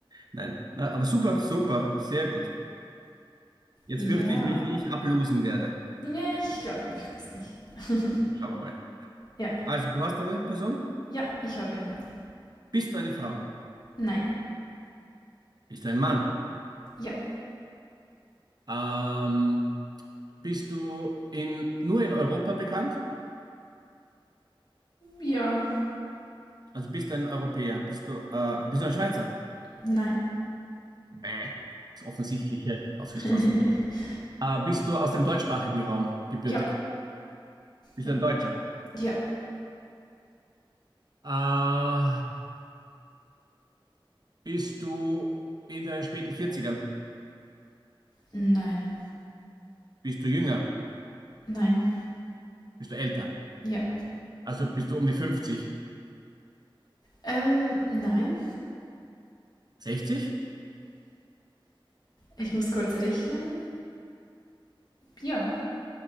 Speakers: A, on the right; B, on the left.
A: nein. Na, aber super, super, sehr gut. Jetzt
B: Ja.
A: fürchte ich mich, wie ich ablosen werde.
B: Ja, ich glaube, ich weiß nicht. <laughs>
A: Schauen wir mal.
B: Ja.
A: Also, du hast eine Person?
B: Ja, ich habe jemanden.
A: Bist du eine Frau?
B: Nein.
A: Bist du ein Mann?
B: Ja.
A: Ähm, bist du in, nur in Europa bekannt?
B: Ja.
A: Also bist du ein Europäer? Bist du, äh, bist du ein Schweizer?
B: Nein.
A: Nee. Das Offensichtliche ausgeschlossen.
B: <laughs>
A: Äh, bist du aus dem deutschsprachigen Raum gebürtig?
B: Ja.
A: Bist
B: Ja.
A: du ein Deutscher?
B: Ja.
A: Äh, bist du in deinen späten Vierzigern?
B: Nein.
A: Bist du jünger?
B: Nein.
A: Bist du älter?
B: Ja.
A: Also bist du um die 50,
B: Ähm, nein.
A: 60?
B: Ich muss kurz rechnen. Ja.